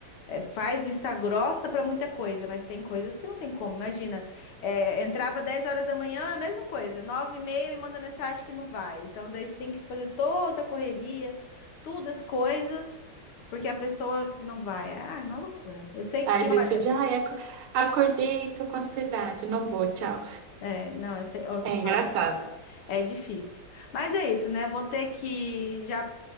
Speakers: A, on the left; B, on the right.
A: É, faz vista grossa para muita coisa, mas tem coisas que não tem como. Imagina, é, entrava 10 horas da manhã, a mesma coisa, 9 e meia me manda mensagem que não vai. Então, daí você tem que fazer toda a correria, todas as coisas, porque a pessoa não vai. Ah, é uma loucura. Eu sei que,
B: Mas
A: olha,
B: isso de, ai, aco- acordei, tô com ansiedade, não vou, tchau.
A: é, não, eu sei, ó, fala,
B: É engraçado.
A: é difícil. Mas é isso, né? Vou ter que já